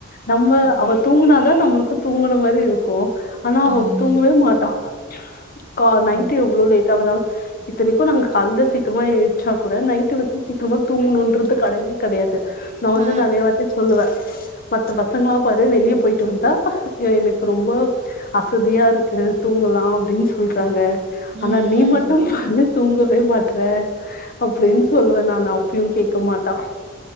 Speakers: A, on the left; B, on the right.
A: நம்ம
B: ஓ
A: அவ தூங்குனாதா நம்மளு க்கு தூங்குன மாரி இருக்கு ஆனா அவ
B: ஆமா
A: தூங்கவே மாட்டா கா நைட்
B: ஓ
A: எவ்ளோ லேட் டாவுதாங் இத்தனைக்கு நாங்க காலல சீக்கரமா எந்திச்சா கூட நைட்டு வந்து சீக்கரமா தூங்கணும்ன்றது கடயவே கெடயாது நா வந்து
B: ஆ
A: நெறைய வாட்டி சொல்லுவ மத்த பசங்களா பாரு வெளிய போயிட்டு வந்தா எனக்கு ரொம்ப அசதியா இருக்கு தூங்கலா அப்டின் சொல்றாங்க
B: ம்
A: ஆனா நீ
B: ம்
A: மட்டு பாரு தூங்கவே மாட்ற அப்டின் சொல்லுவே நானு அப்பயு கேக்க மாட்டா